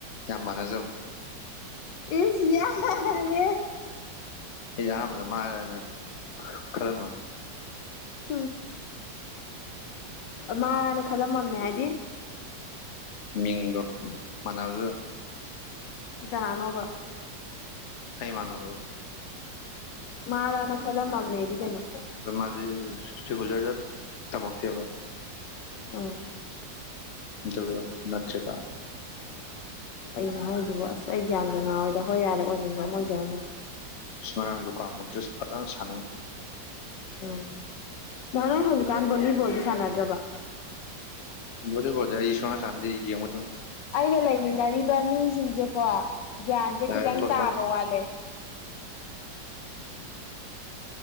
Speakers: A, on the left (about 55°); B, on the left (about 75°).
A: ꯌꯥꯝ ꯃꯥꯟꯅꯖꯕ
B: ꯏ ꯌꯥ ꯔꯦꯍꯦ
A: ꯑꯩꯁꯦ ꯑꯍꯥꯟꯕꯗ ꯃꯥꯔꯅ ꯈꯔꯃꯅꯤ
B: ꯎꯝ ꯃꯥꯔꯥꯅ ꯈꯗꯝꯃꯝꯃꯦ ꯍꯥꯏꯗꯤ
A: ꯃꯤꯡꯗꯣ ꯃꯥꯟꯅꯕꯗꯨꯗ
B: ꯀꯅꯥꯅꯣꯕ
A: ꯀꯩ ꯏꯃꯥꯟꯅꯕꯒ
B: ꯃꯥꯔꯥꯅ ꯈꯜꯂꯝꯃꯝꯅꯦ ꯗꯤ ꯀꯩꯅꯣ
A: ꯑꯗꯣ ꯃꯥꯗꯤ 'unintelligible' ꯇꯃꯛꯀꯇꯦꯕ
B: ꯎꯝ
A: 'unintelligible'
B: ꯀꯩꯅꯣ ꯍꯧꯣꯏꯖꯤꯕꯨ ꯑꯁ ꯑꯩ ꯒ꯭ꯌꯥꯟ ꯉꯥꯔꯣꯏꯗ ꯍꯣꯏ ꯌꯥꯔꯦ ꯑꯣꯏꯅꯤꯡꯕ ꯑꯃ ꯑꯣꯏꯖꯔꯝꯝꯕꯅꯤ
A: ꯉꯔꯥꯡꯁꯨ ꯂꯨꯀꯥ ꯃꯣꯗ꯭ꯔꯤꯁ ꯐꯖꯅ ꯁꯅꯩ
B: ꯎꯝ ꯗꯥ 'unintelligible' ꯍꯧꯖꯤꯛꯀꯥꯟ ꯚꯣꯂꯤꯕꯣꯜꯗꯤ ꯁꯥꯟꯅꯗ꯭ꯔꯕ
A: ꯕꯣꯂꯤꯕꯣꯜ ꯗꯤ ꯑꯩ ꯁꯨꯡꯁꯥꯟ ꯁꯥꯟꯅꯗꯦ ꯌꯦꯡꯕ ꯇꯪꯅꯤ
B: ꯑꯩꯒ ꯂꯩꯃꯤꯟꯅꯔꯤꯕ ꯃꯤꯁꯤꯡꯁꯦꯀꯣ ꯒ꯭ꯌꯥꯟꯁꯦ
A: ꯌꯥꯔꯦ
B: ꯈꯤꯇꯪ
A: ꯇꯣꯛ
B: ꯇꯥꯕ
A: ꯇꯣꯛ
B: ꯋꯥꯠꯂꯦ
A: 'unintelligible'